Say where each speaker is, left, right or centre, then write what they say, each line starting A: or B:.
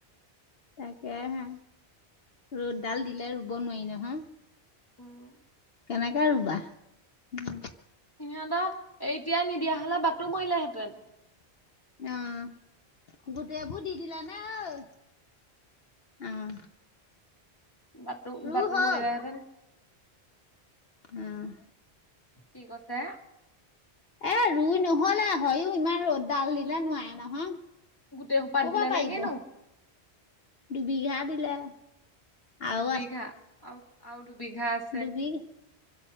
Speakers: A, on the left; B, on the left.
A: তাকেহে ৰ'দ ডাল দিলে ৰুব নোৱাৰি নহয়।
B: উম,
A: কেনেকে ৰুবা? উম,
B: <unintelligible> সিহঁতৰ এ এতিয়া নিদিয়া হলে বাটটো মৰিলেহেঁতেন।
A: উম, গোটেই বোৰ দি দিলে নে অ? উম,
B: বাটু
A: ৰু
B: বাটু
A: হ'
B: মৰিলেহেঁতেন
A: ল? উম,
B: কি কছে?
A: এ ৰুই নহ'লে হয়ো ইমান ৰ'দ ডাল দিলে নোৱাই নহয়।
B: গোটেই সোপা
A: কপা
B: দিলে নে
A: পাৰিব
B: কিনো
A: দুবিঘা দিলে। আৰু
B: দুবিঘা আও- আও দুবিঘা আছে।
A: দুবিঘা